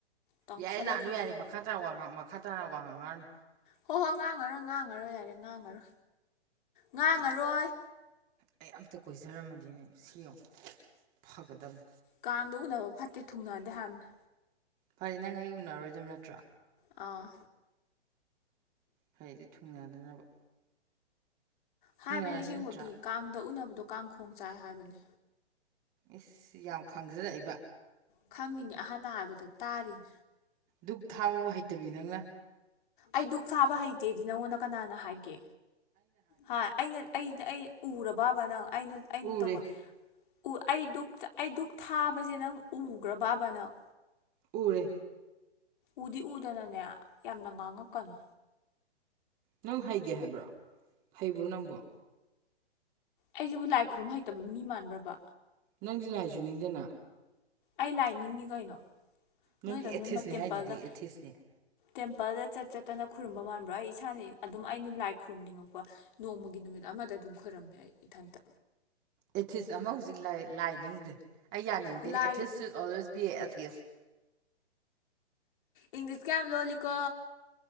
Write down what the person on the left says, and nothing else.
ꯇꯪꯈꯠꯂꯛꯈꯤꯒꯦ
ꯍꯣꯏ ꯍꯣꯏ ꯉꯥꯡꯉꯔꯣꯏ ꯉꯥꯡꯉꯔꯣꯏ ꯌꯥꯔꯦ ꯉꯥꯡꯉꯔꯣꯏ ꯉꯥꯡꯉꯔꯣꯏ
ꯀꯥꯡꯗ ꯎꯅꯕ ꯐꯠꯇꯦ ꯊꯨꯡꯅꯗꯦ ꯍꯥꯏꯕꯅꯤ
ꯑꯥ
ꯍꯥꯏꯕꯅꯦ
ꯑꯁꯦꯡꯕꯒꯤ
ꯀꯥꯡꯗ ꯎꯅꯕꯗꯣ ꯀꯥꯡꯈꯣꯡ ꯆꯥꯏ ꯍꯥꯏꯕꯅꯦ
ꯈꯪꯉꯤꯅꯤ ꯑꯍꯥꯟ ꯍꯥꯏꯕꯗ ꯇꯥꯔꯤꯅꯤ
ꯑꯩ ꯗꯨꯛ ꯊꯥꯕ ꯍꯩꯇꯦꯗꯤ ꯅꯪꯉꯣꯟꯗ ꯀꯅꯥꯅ ꯍꯥꯏꯒꯦ ꯍꯥꯏ ꯑꯩꯅ ꯑꯩ ꯑꯩ ꯎꯔꯕꯕ ꯅꯪ ꯑꯩꯅ ꯑꯩꯅ
ꯇꯧꯕ ꯎ ꯑꯩ ꯗꯨꯛ ꯑꯩ ꯗꯨꯛ ꯊꯥꯕꯁꯦ ꯅꯪ ꯎꯈ꯭ꯔꯕꯕꯅꯪ
ꯎꯗꯤ ꯎꯗꯅꯅꯦ ꯌꯥꯝꯅ ꯉꯥꯡꯉꯛꯀꯅꯨ
ꯑꯩꯁꯤꯕꯨ ꯂꯥꯏ ꯈꯨꯔꯨꯝ ꯍꯩꯇꯕ ꯃꯤ ꯃꯥꯟꯕ꯭ꯔꯕ
ꯑꯩ ꯂꯥꯏ ꯅꯤꯡꯉꯤ ꯀꯩꯅꯣ
ꯅꯣꯏꯗꯧꯅ
ꯃ ꯇꯦꯝꯄꯜꯗ
ꯇꯦꯝꯄꯜꯗ ꯆꯠ ꯆꯠꯇꯅ ꯈꯨꯔꯨꯝꯕ ꯃꯥꯟꯕ꯭ꯔꯥ ꯑꯩ ꯏꯁꯥꯅ ꯑꯗꯨꯝ ꯑꯩꯅ ꯂꯥꯏ ꯈꯨꯔꯨꯝꯅꯤꯡꯉꯛꯄ ꯅꯣꯡꯃꯒꯤ ꯅꯨꯃꯤꯠ ꯑꯃꯗ ꯑꯗꯨꯝ ꯈꯣꯏꯔꯝꯃꯦ ꯑꯩ ꯏꯊꯟꯇ
ꯂꯥꯏ
ꯏꯪꯂꯤꯁ ꯀꯌꯥꯝ ꯂꯣꯜꯂꯤꯀꯣ